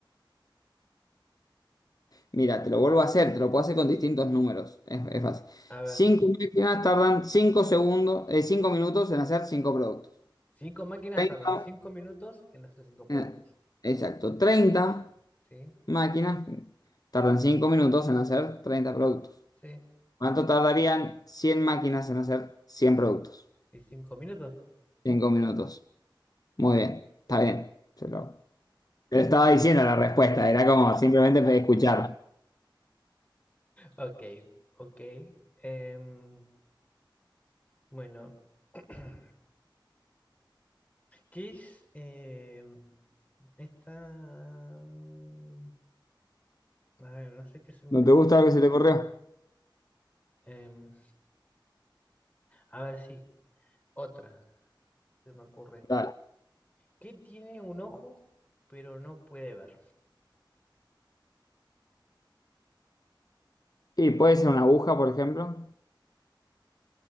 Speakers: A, on the left; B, on the left.
A: Mira, te lo vuelvo a hacer, te lo puedo hacer con distintos números. Es, es fácil.
B: A ver.
A: Cinco máquinas tardan cinco segundos, eh, cinco minutos en hacer cinco productos.
B: Cinco máquinas
A: 30,
B: tardan cinco minutos en hacer cinco productos.
A: eh, exacto, 30
B: ¿Sí?
A: máquinas tardan cinco minutos en hacer 30 productos.
B: Sí.
A: ¿Cuánto tardarían 100 máquinas en hacer 100 productos?
B: ¿Y cinco minutos?
A: Cinco minutos. Muy bien, está bien. Se lo, te lo estaba diciendo la respuesta, era como simplemente escuchar.
B: Ok, ok. Em, bueno. <clears throat> ¿Qué es eh, esta? mm, A ver, no sé qué se me
A: ¿No
B: ocurre.
A: te gusta lo que se te ocurrió?
B: Em, a ver, sí, otra se me ocurre.
A: Dale.
B: ¿Qué tiene un ojo pero no puede ver?
A: Y puede ser una aguja, por ejemplo.